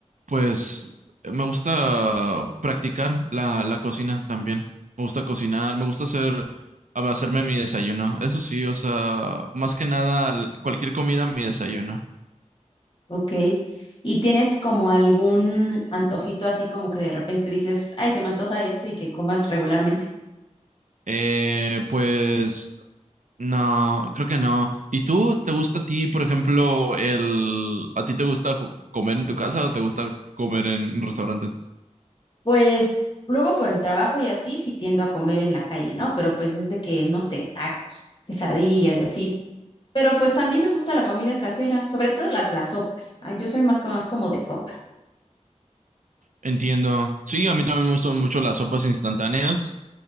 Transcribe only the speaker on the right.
pues me gusta practicar la, la cocina también. Me gusta cocinar, me gusta hacer, hacerme mi desayuno. Eso sí, o sea, más que nada, cualquier comida, mi desayuno.
Eh, pues No, creo que no. ¿Y tú, te gusta a ti, por ejemplo, el... ¿A ti te gusta ju- comer en tu casa o te gusta comer en restaurantes?
Entiendo. Sí, a mí también me gustan mucho las sopas instantáneas,